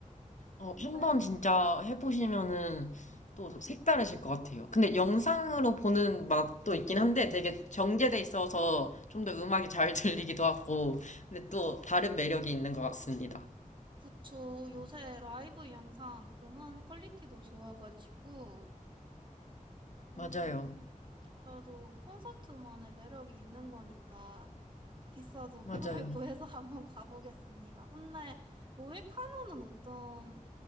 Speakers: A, on the left; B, on the right.
A: 어,
B: 근데,
A: 한번 진짜
B: 네.
A: 해보시면은 또 색다르실 것 같아요. 근데 영상으로 보는 맛도 있긴 한데 되게 정제돼 있어서 좀 더 음악이 잘 <laughs> 들리기도 하고, 근데 또 다른 매력이 있는 것 같습니다.
B: 그쵸. 요새
A: 어,
B: 라이브 영상, 음원 퀄리티도 좋아가지고, 음,
A: 맞아요.
B: 그래도 콘서트만의 매력이 있는 거니까 비싸도
A: 맞아요.
B: 표를 <laughs> 구해서 한번 가보겠습니다. 근데 로이 카노는 어떤